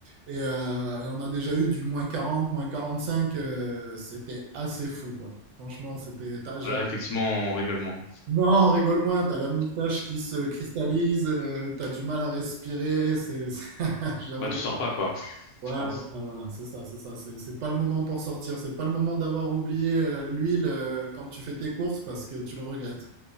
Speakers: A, on the right; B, on the left.
A: Et, euh, et on a déjà eu du moins 40, moins 45. euh, c'était assez fou, quoi. Franchement, c'était. t'as- j'avais-
B: Voilà, effectivement, on rigole moins.
A: Non, rigole moins, t'as la moustache qui se cristallise, euh, t'as du mal à respirer. C'est, <laughs> j'avoue.
B: Bah, tu sors pas, quoi, <laughs>
A: Voilà,
B: je pense.
A: voilà, c'est ça, c'est ça. C'est c'est pas le moment pour sortir. C'est pas le moment d'avoir oublié euh, l'huile euh, quand tu fais tes courses parce que tu le regrettes.